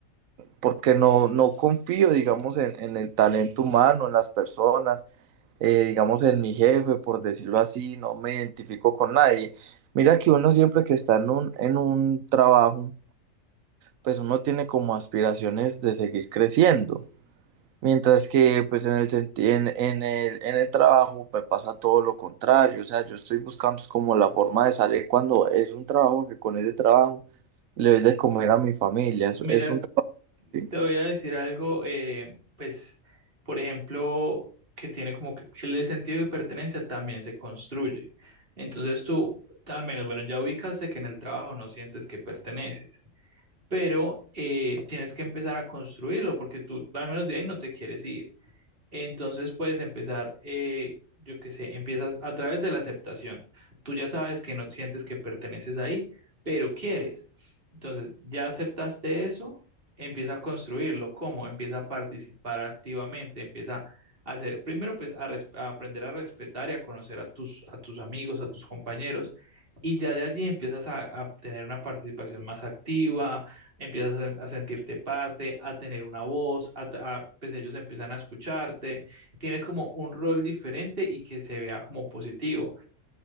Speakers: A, on the right; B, on the right.
A: porque no, no confío, digamos, en, en el talento humano, en las personas, eh, digamos, en mi jefe, por decirlo así, no me identifico con nadie. Mira que uno siempre que está en un, en un trabajo, pues uno tiene como aspiraciones de seguir creciendo. Mientras que pues en el, senti- en, en el, en el trabajo me pasa todo lo contrario, o sea, yo estoy buscando es como la forma de salir cuando es un trabajo que con ese trabajo le doy de comer a mi familia, es,
B: Mira,
A: es un... tra- Sí,
B: te voy a decir algo, eh, pues, por ejemplo, que tiene como que el sentido de pertenencia también se construye. Entonces tú, al menos, bueno, ya ubicaste que en el trabajo no sientes que perteneces, pero eh, tienes que empezar a construirlo porque tú, al menos de ahí, no te quieres ir. Entonces puedes empezar, eh, yo qué sé, empiezas a través de la aceptación. Tú ya sabes que no sientes que perteneces ahí, pero quieres. Entonces, ya aceptaste eso, empieza a construirlo. ¿Cómo? Empieza a participar activamente, empieza a hacer, primero pues a, res- a aprender a respetar y a conocer a tus, a tus amigos, a tus compañeros. Y ya de allí empiezas a, a tener una participación más activa, empiezas a, a sentirte parte, a tener una voz, a, a- pues ellos empiezan a escucharte, tienes como un rol diferente y que se vea como positivo.